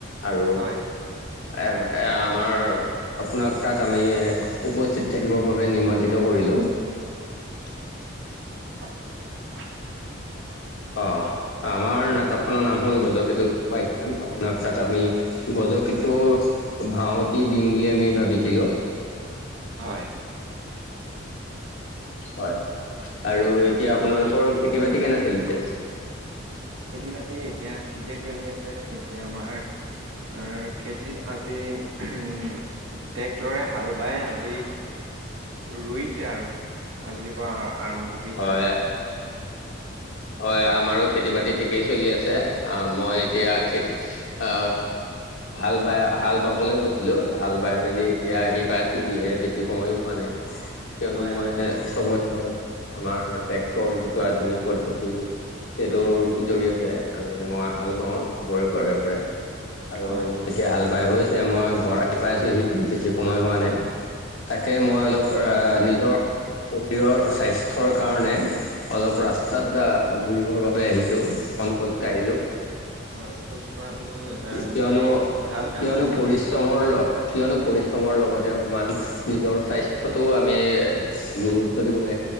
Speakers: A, on the left; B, on the right.
A: আৰু
B: হয়
A: এ এ আমাৰ। আপোনাক তাত আমি উপস্থিত থাকিবৰ বাবে নিমন্ত্ৰিত কৰিলোঁ। <unintelligible>
B: হয় <unintelligible>
A: অ আমাৰ নাটক খনৰ নাম হ'ল গজকেটু উপাখ্যান আপোনাক তাত আমি গত। গজকেটোৰ ভাওতি দিম বুলি আমি ভাবিছিলো।
B: হয়।
A: হয় আৰু এতিয়া আপোনালোকৰ খেতি বাতি কেনে চলিছে।
B: খেতি বাতি এতিয়া ঠিকে চলি আছে এতিয়া আমাৰ। আহ খেতিত আজি উম ট্ৰেক্টৰে হাল বাই আজি। ৰুইছে আৰু আজিৰ পৰা আ আৰম্ভ কৰিছে
A: হয়
B: আৰু।
A: হয় আমাৰো খেতি বাতি ঠিকেই চলি আছে আহ মই এতিয়া খেতি। আ হাল বাই হাল বাব। চাবলৈ গৈছিলো হাল বাই মেলি এতিয়া আহি পাইছোহিহে বেছি সময়ো হোৱা নাই। কিয়নো
B: হয়
A: মই
B: হয়
A: চবৰে ঘৰত আমাৰ ট্ৰেক্টৰ যিটো আধুনিক পদ্ধতি। সেইটোৰ জৰিয়তে আমি মই হাল বাওঁ চবৰে ঘৰে ঘৰে। আৰু
B: হয়।
A: মোৰ এতিয়া হাল বাই হৈছে মই ঘৰ ৰাতি পাই আছোহি বেছি সময় হোৱা নাই। তাকে মই
B: হয়
A: অলপ নিজৰ। শৰীৰৰ স্বাস্থ্যৰ কাৰণে অলপ ৰাস্তাত। ঘূৰিবৰ বাবে আহিছো। কাঢ়িলো
B: হয় খোজ কঢ়াটো এটা বিশেষ
A: কিয়নো
B: ভাল কাম।
A: কিয়নো পৰি। তোমাৰ লগৰ। কিয়নো পৰিশ্ৰমৰ লগতে অকমান নিজৰ স্বাস্থ্যতো আমি গুৰুত্ব দিব লাগে।